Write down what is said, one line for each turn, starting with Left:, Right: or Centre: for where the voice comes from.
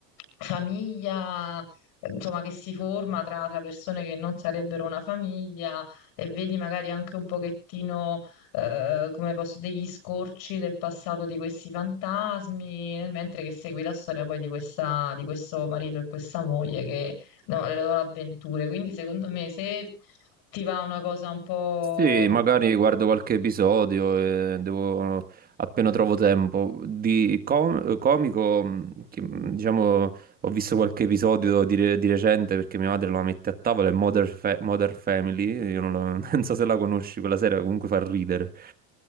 Left: famiglia, eh, insomma, che si forma tra, tra persone che non sarebbero una famiglia e vedi magari anche un pochettino, eh, come posso, degli scorci del passato di questi fantasmi, nel mentre che segui la storia poi di questa, di questo marito e questa moglie che, no, le loro avventure. Quindi, secondo me, se ti va una cosa un po'
Right: Sì, magari
Left: mm,
Right: guardo qualche episodio e devo, appena trovo tempo. Di com- comico, mh, che, mh, diciamo, ho visto qualche episodio di, re- di recente perché mia madre la mette a tavola, è Modern, Fa- Modern Family, io non, la- <laughs> non so se la conosci, quella serie comunque fa ridere.